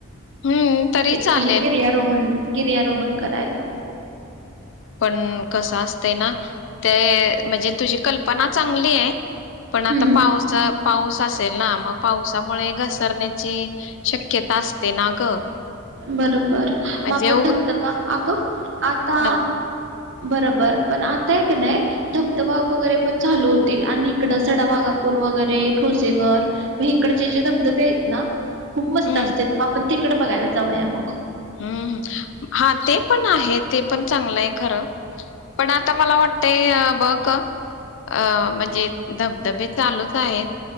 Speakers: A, on the left; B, on the right.
A: हम्म तरी चालेल
B: म्हणजे गिर्यारोहन गिर्यारोहण करायला.
A: पण कस असतं ना ते म्हणजे तुझी कल्पना चांगली आहे. पण आता
B: हम्म
A: पाऊस पाऊस असेल ना मग पावसामुळे घसरण्याची शक्यता असते ना ग,
B: बरोबर
A: म्हणजे
B: मग आपण धबधबा अगं आता
A: हो
B: बरोबर पण आताय की नाही ध वाघ वगैरे पण चालू होतील आणि इकड सडा वागापूर वगैरे ठोसेघर म इकडचे जे धबधबे आहेत ना खूप
A: हम्म
B: मस्त असते आपण ते इकडे बघा जाऊया मग,
A: हम् हा ते पण आहे ते पण चांगलं आहे खरं पण आता मला वाटतंय बघ ग अ म्हणजे धबधबे चालूच आहेत.